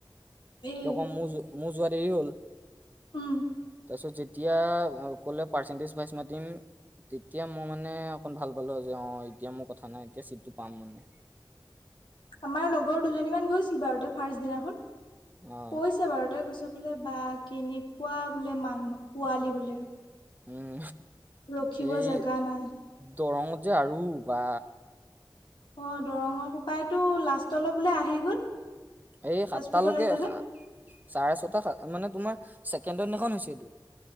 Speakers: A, on the left; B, on the right.
A: এ
B: কিয়ক মোৰ মোৰ যোৱাত দেৰি হ'ল
A: উম
B: তাৰ পছত যেতিয়া কলে পাৰ্চনটেজ ভাইজ মাতিম তেতিয়া মই মানে অকন ভাল পালো আ অ এতিয়া মোৰ কথা নাই এতিয়া চিটটো পাম মানে।
A: আমাৰ লগৰ দুজনী মান গৈছিল বাৰুতা ফাৰ্ষট দিনাখন
B: অ
A: কৈছে বাৰু তাই কৈছে বোলে। বা কেনেকুৱা বোলে মানুহ পোৱালি বোলে।
B: উম
A: ৰখিব
B: এই।
A: জেগা নাই
B: দৰঙত যে আৰু বা।
A: অ দৰঙৰ সোপায়তো লাষ্টলৈ বোলে আহি গল।
B: এই সাতটালৈকে
A: তেজপুৰ কলেজলৈ
B: চাৰে ছটা মানে তোমাৰ। ছেকেণ্ডৰ দিনাখন হৈছে এইটো।